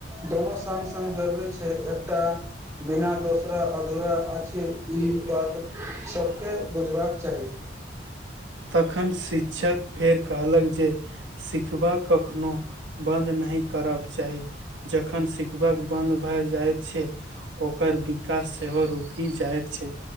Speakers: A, on the right (about 15°); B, on the right (about 75°).
A: दोनो संग संग जरूरी छै एकटा बिना दोसरा अधूरा अछि ई बात सभके बुझबाक चाही
B: तखन शिक्षक फेर कहलक जे सिखबा कखनो बन्द नहि करब चाही जखन सिखबाकक बन्द भए जाइत छै ओकर विकास सेहो रुकि जाइत छै